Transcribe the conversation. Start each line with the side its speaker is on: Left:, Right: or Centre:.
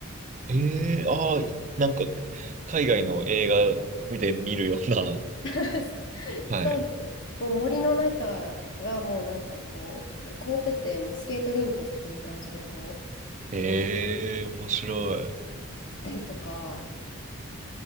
Right: ええああ、なんか、海外の映画で見るような。
Left: <laughs>
Right: はい。
Left: そうです。もう森の中がもうなんかこう、凍ってて、もうスケートリンクっていう感じで、こう、
Right: ええ、
Left: みんな
Right: 面白い。
Left: 行ったりとか、